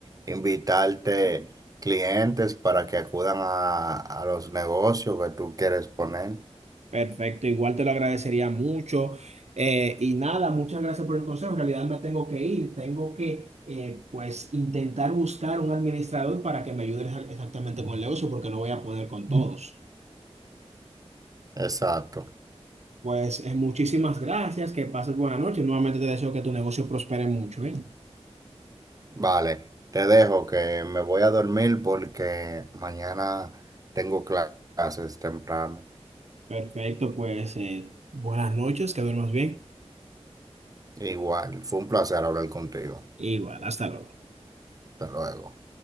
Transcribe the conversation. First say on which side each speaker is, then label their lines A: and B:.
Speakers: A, on the right; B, on the right.
A: invitarte clientes para que acudan a, a los negocios que tú quieres poner.
B: Perfecto, igual te lo agradecería mucho. Eh, y nada, muchas gracias por el consejo. En realidad me tengo que ir, tengo que eh, pues intentar buscar un administrador para que me ayude exa- exactamente con el negocio porque no voy a poder con todos.
A: Exacto.
B: Pues eh, muchísimas gracias, que pases buena noche. Nuevamente te deseo que tu negocio prospere mucho, ¿bien?
A: Vale, te dejo que me voy a dormir porque mañana tengo cla- clases temprano.
B: Perfecto, pues eh, buenas noches, que duermas bien.
A: Igual, fue un placer hablar contigo.
B: Igual, hasta luego.
A: Hasta luego.